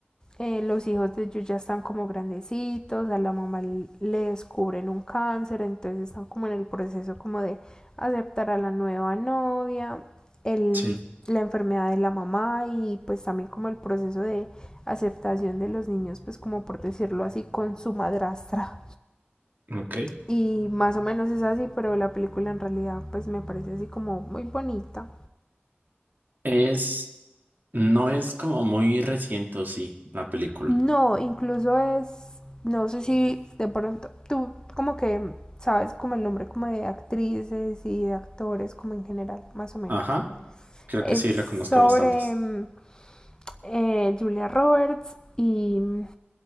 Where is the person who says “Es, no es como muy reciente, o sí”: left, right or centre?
Right